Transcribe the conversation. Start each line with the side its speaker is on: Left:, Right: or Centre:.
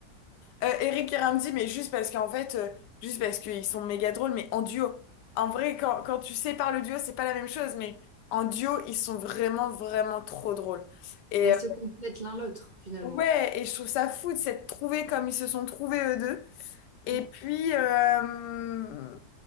Left: Euh, Eric et Ramzy, mais juste parce qu'en fait, euh, juste parce qu'ils sont méga drôles, mais en duo. En vrai, quand, quand tu sépares le duo, c'est pas la même chose, mais en duo, ils sont vraiment, vraiment trop drôles. Et
Right: Bah, ils
Left: euh,
Right: se complètent l'un l'autre, finalement.
Left: ouais, et je trouve ça fou de s'être trouvés comme ils se sont trouvés eux deux. Et
Right: Mm.
Left: puis, euh,